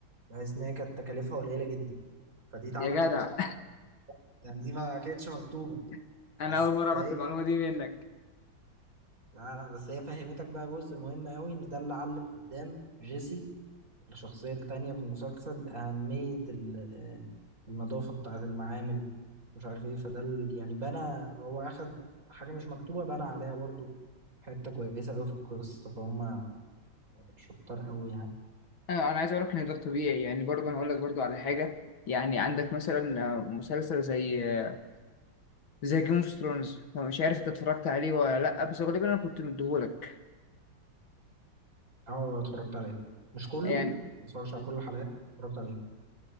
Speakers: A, on the right (about 45°); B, on the left (about 80°).
A: بحيث ان هي كانت تكاليفها قليلة جدا فدي اتعملت
B: يا جدع
A: اصلا يعني دي ما كانتش مكتوبة
B: <laughs> انا
A: بس
B: اول مره اعرف
A: هي
B: المعلومه دي منك
A: لا لا بس هي فهمتك بقى جزء مهم قوي ان ده اللي علم قدام جيسي الشخصية التانية في المسلسل أهمية ال- النظافة بتاعة المعامل مش عارف ايه فده ال- يعني بنى هو أخد حاجة مش مكتوبة بنى عليها برضو حتة كويسة أوي في القصة فهم شطار أوي يعني
B: انا أنا عايز اقول لك ان ده طبيعي يعني برضه انا اقول لك برضه على حاجه يعني عندك مثلا آه، مسلسل زي آه، زي جيم اوف ثرونز لو مش عارف انت اتفرجت عليه ولا لا بس غالبا انا كنت مديهولك
A: اه اتفرجت عليه مش كله
B: يعني
A: ما اتفرجتش على كل الحلقات اتفرجت عليه